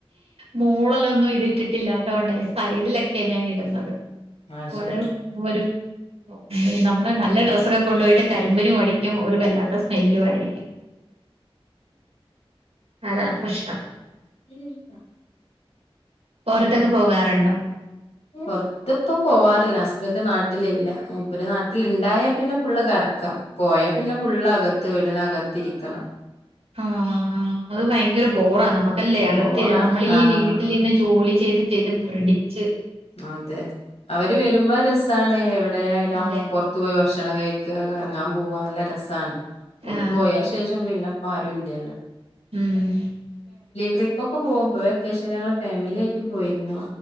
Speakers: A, on the right; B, on the left.
A: മോളല്ലൊന്നും ഇതിട്ടിട്ടില്ലാത്ത കൊണ്ടായി സൈഡിലൊക്കെയാ ഞാൻ ഇടുന്നത്
B: അത്
A: <unintelligible>
B: ശരി
A: ഒരു <unintelligible> നമ്മളെ നല്ല ഡ്ര സ്ക്കെ കൊണ്ടോയിട്ട് കരിമ്പിനുവടിക്കും ഒരു വല്ലാത്ത സ് <unintelligible> അതാ പ്രശ്നം
B: <unintelligible>
A: പൊറത്തൊക്കെ പോകാറുണ്ടോ
B: പുറത്തിപ്പ പോവാറില്ല ഹസ്ബൻഡ് നാ ട്ടിലില്ല മൂപ്പര് നാട്ടിലിണ്ടായ പിന്നെ ഫുള്ള് കറക്കാം പോയാ പിന്നെ ഫുള്ളകത്ത് വീടിനകത്തിരിക്കണം
A: ആഹ അത് ഭയങ്കര ബോറാ നമ്മുക്കല്ലേ അകത്തി
B: ബോറാണ്
A: നമ്മൾ ഈ
B: ആഹ്
A: വീട്ടിലിന്ന് ജോലി ചെയ്തി ചെയ്ത് മുരടിച്
B: അതെ അവര് വരുമ്പോ രസാണ് എവിടെ ആയാലും
A: അതെ
B: അ പൊറത്തു പോയി ഭക്ഷണം കഴിക്ക കങ്ങാൻ പോവാ നല്ല രസാണ് ഒരു
A: ആഹ്
B: പോയ ശേഷം പിന്നെ ആരൂല്ലല്ലോ
A: ഉം
B: ട്രിപ്പ് ഒക്കെ പോകും ഇപ്പോ വെക്കേഷനയുള്ള ടൈംമില്ല് ഏറ്റു പോയിരുന്നു